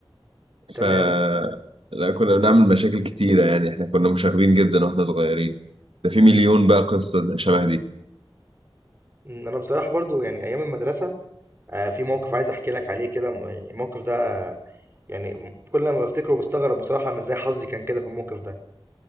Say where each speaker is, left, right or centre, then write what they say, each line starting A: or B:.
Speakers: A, on the right; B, on the right.
A: ف
B: تمام
A: لا كنا بنعمل مشاكل كتيرة يعني احنا كنا مشاغبين جدا واحنا صغيرين ده في مليون بقى قصة شبه دي
B: مم. انا بصراحة برضو يعني ايام المدرسة آه، في موقف عايز احكي لك عليه كده م- يعني الموقف ده آه، يعني كل ما بفتكره بستغرب بصراحة انا ازاي حظي كان كده في الموقف ده